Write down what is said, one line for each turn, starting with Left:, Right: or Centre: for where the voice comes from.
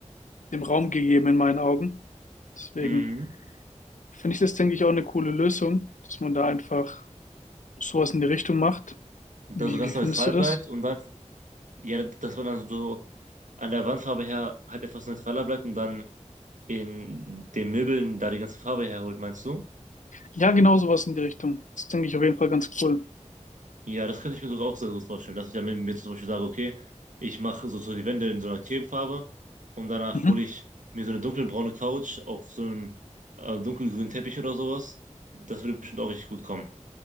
Left: dem Raum gegeben in meinen Augen. Deswegen
Right: Mhm.
Left: finde ich das, denke ich, auch eine coole Lösung, dass man da einfach sowas in die Richtung macht.
Right: Da
Left: Wie,
Right: so ganz
Left: wie findest
Right: neutral
Left: du das?
Right: bleibt und dann, ja, dass man dann so an der Wandfarbe her halt etwas neutraler bleibt und dann in den Möbeln da die ganze Farbe herholt, meinst du?
Left: Ja, genau sowas in die Richtung. Das denke ich auf jeden Fall ganz cool.
Right: Ja, das könnte ich mir sogar auch sehr gut vorstellen, dass ich dann mit mir zum Beispiel sage, okay, ich mache so, so die Wände in so einer Cremefarbe und danach
Left: Mhm.
Right: hole ich mir so eine dunkelbraune Couch auf so einem äh, dunkelgrünen Teppich oder sowas. Das würde bestimmt auch richtig gut kommen.